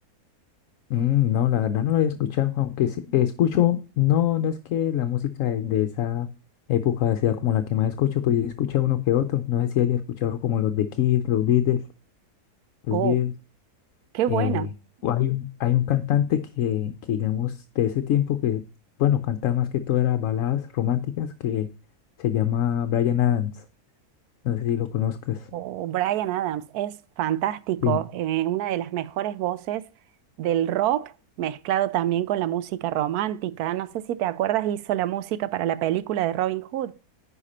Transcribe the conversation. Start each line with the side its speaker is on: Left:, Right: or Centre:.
Left: Mm, no, la verdad no lo había escuchado, aunque sí escucho, no, no es que la música de, de esa época sea como la que más escucho, pues yo escucho uno que otro. No sé si haya escuchado como los de Kiss, los Beatles, los
Right: ¡Oh,
Left: Beatles.
Right: qué bueno!
Left: eh, o hay un, hay un cantante que, que, digamos, de ese tiempo que, bueno, cantaba más que todo era baladas románticas que se llama Bryan Adams. No sé si lo conozcas.
Right: O Bryan Adams es fantástico,
Left: Sí.
Right: eh, una de las mejores voces del rock, mezclado también con la música romántica. No sé si te acuerdas, hizo la música para la película de Robin Hood.